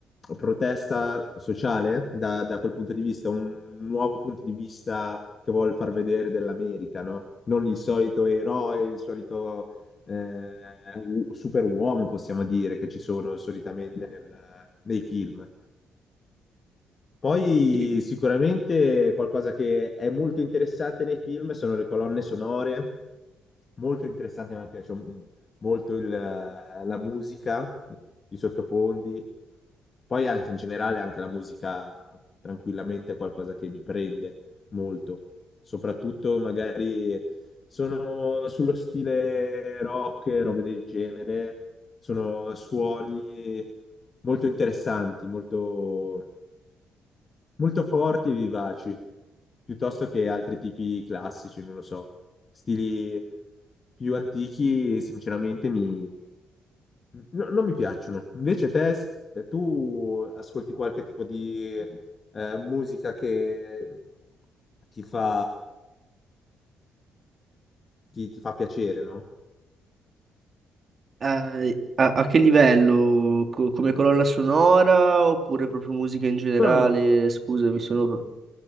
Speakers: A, on the left; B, on the right.
A: protesta sociale da, da quel punto di vista, un nuovo punto di vista che vuol far vedere dell'America, no? Non il solito eroe, il solito eh, u- superuomo, possiamo dire, che ci sono solitamente nel- nei film. Poi
B: Sì.
A: sicuramente qualcosa che è molto interessante nei film sono le colonne sonore, molto interessanti, a me piace m- molto il, eh, la musica, i sottofondi, poi anche in generale anche la musica tranquillamente è qualcosa che mi prende molto, soprattutto magari sono sullo stile rock, robe del genere, sono suoni molto interessanti, molto, molto forti e vivaci, piuttosto che altri tipi classici, non lo so. Stili più antichi, sinceramente, mi... no- non mi piacciono. Invece te, s- eh, tu ascolti qualche tipo di eh, musica che ti fa, ti, ti fa piacere, no?
B: Eh, a, a che livello? Co- come colonna sonora oppure proprio musica in generale?
A: Ah.
B: Scusa, mi sono...